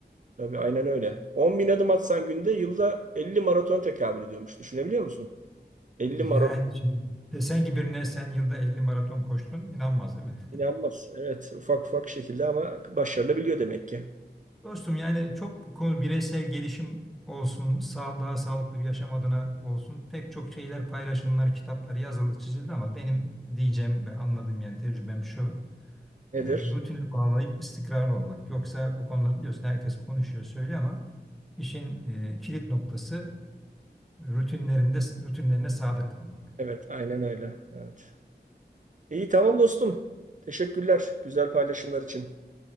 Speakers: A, on the right (about 45°); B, in the centre.
A: tabii aynen öyle. 10 bin adım atsan günde yılda 50 maraton tekabül ediyormuş. Düşünebiliyor musun? 50
B: yani
A: maraton
B: şimdi desen ki birine sen yılda 50 maraton koştun inanmaz değil mi?
A: inanmaz. Evet ufak ufak şekilde ama başarılabiliyor demek ki.
B: Dostum yani çok bu konu bireysel gelişim olsun, sağ, daha sağlıklı bir yaşam adına olsun pek çok şeyler paylaşımlar, kitaplar yazılı çizildi ama benim diyeceğim ve anladığım yani tecrübem şu.
A: Nedir?
B: e, rutine bağlayıp istikrarlı olmak. Yoksa bu konuda biliyorsun herkes konuşuyor söylüyor ama işin e, kilit noktası rutinlerinde rutinlerine sadık kalmak.
A: Evet aynen öyle. Evet. İyi tamam dostum. Teşekkürler güzel paylaşımlar için.